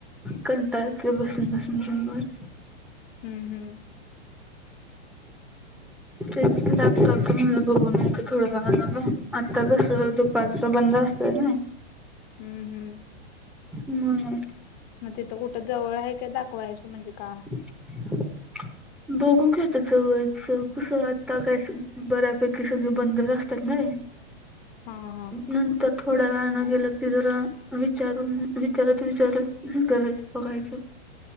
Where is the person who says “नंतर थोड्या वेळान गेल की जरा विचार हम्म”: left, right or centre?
Centre